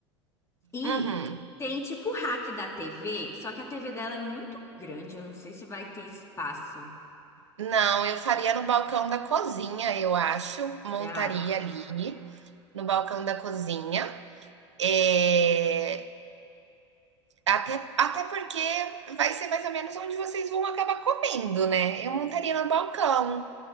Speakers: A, on the left; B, on the right.
A: e
B: Uhum.
A: tem tipo o rack da TV, só que a TV dela é muito grande, eu não sei se vai ter espaço.
B: Não, eu faria no balcão da cozinha, eu acho.
A: Você
B: Montaria
A: acha?
B: ali no balcão da cozinha. É, até, até porque vai ser mais ou menos onde vocês vão acabar comendo, né? Eu montaria no balcão,